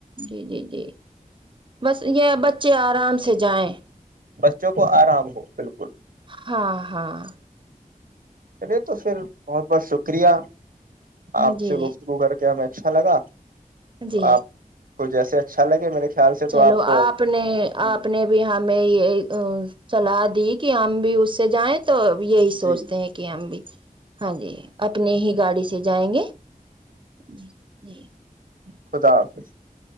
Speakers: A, on the right (about 35°); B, on the right (about 75°).
A: جی جی جی بس یہ بچے آرام سے جائیں
B: بچوں کو آرام ہو بالکل
A: ہاں ہاں
B: چلے تو پھر بہت بہت شکریہ آپ
A: جی
B: سے گفتگو کر کے میں اچھا لگا
A: جی
B: آپ کو جیسے اچھا لگے میرے خیال سے
A: چلو
B: تو کو
A: آپ نے
B: جی
A: آپ نے بھی ہمیں یہ صلاح دی کہ ہم بھی اس سے جائیں تو یہی سوچتے
B: جی
A: ہیں کہ ہم بھی ہاں جی اپنی ہی گاڑی سے جائیں گے جی جی
B: خدا حافظ